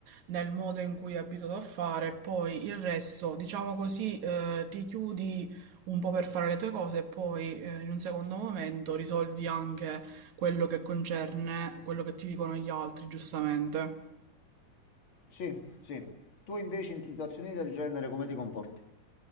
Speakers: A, on the right; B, on the left.
A: nel modo in cui è abituato a fare, poi il resto, diciamo così, eh, ti chiudi un po' per fare le tue cose e poi eh, in un secondo momento risolvi anche quello che concerne quello che ti dicono gli altri, giustamente.
B: Sì, sì. Tu invece in situazioni del genere come ti comporti?